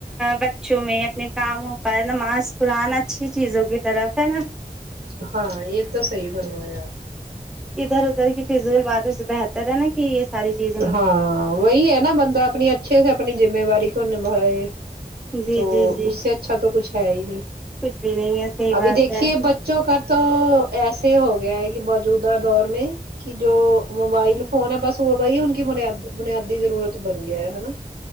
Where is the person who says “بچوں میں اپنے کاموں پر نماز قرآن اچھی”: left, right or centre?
Centre